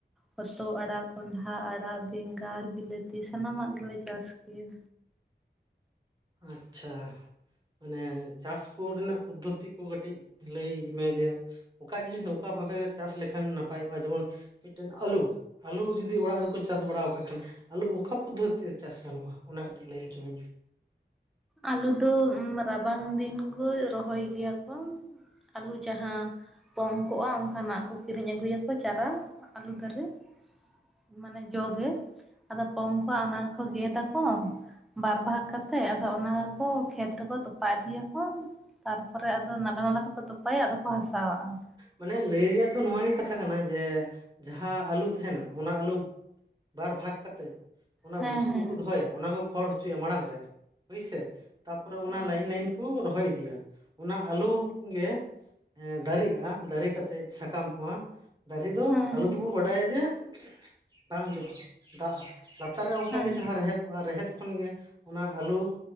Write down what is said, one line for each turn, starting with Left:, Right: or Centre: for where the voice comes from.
Centre: ᱦᱚᱛᱚ ᱟᱲᱟᱜ ᱠᱚᱸᱰᱷᱟ ᱟᱲᱟᱜ ᱵᱮᱸᱜᱟᱲ ᱵᱤᱞᱟᱹᱛᱤ ᱥᱟᱱᱟᱢᱟᱜ ᱜᱮᱞᱮ ᱪᱟᱥ ᱜᱮᱭᱟ
Right: ᱟᱪᱪᱷᱟ ᱢᱟᱱᱮ ᱪᱟᱥ ᱠᱚ ᱨᱮᱱᱟᱜ ᱯᱚᱫᱽᱫᱷᱚᱛᱤ ᱠᱚ ᱠᱟᱹᱴᱤᱡ ᱞᱟᱹᱭ ᱢᱮ ᱡᱮ ᱚᱠᱟ ᱡᱤᱱᱤᱥ ᱚᱠᱟ ᱵᱷᱟᱵᱮ ᱪᱟᱥ ᱞᱮᱠᱷᱟᱱ ᱱᱟᱯᱟᱭᱚᱜᱼᱟ ᱡᱮᱢᱚᱱ ᱢᱤᱫᱴᱮᱱ ᱟᱹᱞᱩ ᱟᱹᱞᱩᱣ ᱡᱩᱫᱤ ᱚᱲᱟᱜ ᱨᱮᱠᱚ ᱪᱟᱥ ᱵᱟᱲᱟᱣ ᱠᱟᱜ ᱠᱷᱟᱱ ᱾ ᱟᱞᱩ ᱚᱱᱠᱟ ᱯᱚᱫᱽᱫᱷᱚᱛᱤ ᱪᱟᱥ ᱜᱟᱱᱚᱜᱼᱟ ᱚᱱᱟ ᱠᱟᱹᱴᱤᱡ ᱞᱟᱹᱭ ᱟᱡᱚᱢᱤᱧ ᱢᱮ
Centre: ᱟᱞᱩ ᱫᱚ ᱩᱢ ᱨᱟᱵᱟᱝ ᱫᱤᱱ ᱠᱳ ᱨᱚᱦᱚᱭ ᱜᱮᱭᱟ ᱠᱳ ᱾ ᱟᱹᱞᱩ ᱡᱟᱦᱟ ᱯᱚᱝ ᱠᱚᱼᱟ ᱚᱱᱠᱟᱱᱟᱜ ᱠᱚ ᱠᱤᱨᱤᱧ ᱟᱹᱜᱩᱭᱟ ᱠᱚ ᱪᱟᱨᱟ ᱟᱹᱞᱩ ᱫᱷᱟᱨᱮ ᱾ ᱢᱟᱱᱮ ᱡᱚ ᱜᱮ ᱾ ᱟᱫᱚ ᱯᱚᱝ ᱠᱚᱼᱟ ᱚᱱᱟ ᱜᱮᱠᱚ ᱜᱮᱫᱟ ᱠᱚ ᱵᱟᱨ ᱵᱷᱟᱜ ᱠᱟᱛᱮᱜ ᱾ ᱚᱱᱟ ᱜᱮᱠᱚ ᱠᱷᱮᱛ ᱨᱮᱠᱚ ᱛᱚᱯᱟ ᱤᱫᱤᱭᱟ ᱠᱚ ᱾ ᱛᱟᱨᱯᱚᱨᱮ ᱟᱫᱚ ᱱᱟᱞᱟ-ᱱᱟᱞᱟ ᱛᱮᱠᱚ ᱛᱚᱯᱟᱭᱟ ᱟᱫᱚ ᱠᱚ ᱦᱟᱥᱟᱣᱟᱜᱼᱟ ᱾
Right: ᱢᱟᱱᱮ ᱞᱟᱹᱭ ᱨᱮᱭᱟ ᱫᱚ ᱱᱚᱣᱟ ᱜᱮ ᱠᱟᱛᱷᱟ ᱠᱟᱱᱟ ᱡᱮ ᱡᱟᱦᱟᱸ ᱟᱹᱞᱩ ᱛᱟᱦᱮᱱᱟ ᱚᱱᱟ ᱟᱞᱩ ᱵᱟᱨ ᱵᱷᱟᱜᱽ ᱠᱟ ᱛᱮᱡ ᱚᱱᱟ
Centre: ᱦᱮᱸ
Right: ᱵᱩᱥᱩᱵ
Centre: ᱦᱮᱸ
Right: ᱨᱩᱠᱩ ᱫᱚᱦᱚᱭᱟ ᱚᱱᱟ ᱠᱚ ᱯᱷᱚᱲ ᱦᱚᱪᱚᱭᱟ ᱢᱟᱲᱟᱝ ᱨᱮ ᱦᱳᱭ ᱥᱮ? ᱛᱟᱯᱚᱨᱮ ᱚᱱᱟ
Centre: ᱦᱮᱸ
Right: ᱞᱟᱭᱤᱱ ᱞᱟᱭᱤᱱ ᱠᱩ ᱨᱚᱦᱚᱭ ᱤᱫᱤᱭᱟ ᱚᱱᱟ ᱟᱹᱞᱩ
Centre: ᱦᱳᱭ
Right: ᱜᱮ ᱫᱟᱨᱤᱜᱼᱟ ᱾ ᱫᱟᱨᱤ ᱠᱟᱛᱮᱡ ᱥᱟᱠᱟᱢᱚᱜᱼᱟ ᱫᱟᱨᱮ ᱫᱚ
Centre: ᱦᱮᱸ
Right: ᱟᱹᱞᱩ
Centre: ᱦᱮᱸ
Right: ᱫᱩᱵᱩ ᱵᱟᱰᱟᱭᱟ ᱡᱮ ᱵᱟᱝ ᱡᱚᱜᱼᱟ ᱫᱟᱜᱼᱟ ᱞᱟᱛᱟᱨ ᱨᱮ ᱚᱱᱠᱟ
Centre: ᱦᱮᱸ
Right: ᱜᱮ ᱡᱟᱦᱟᱸ ᱨᱮᱦᱮᱫ ᱛᱚ ᱟᱨ ᱨᱮᱦᱮᱫ ᱠᱷᱚᱱ ᱜᱮ ᱚᱱᱟ ᱟᱹᱞᱩ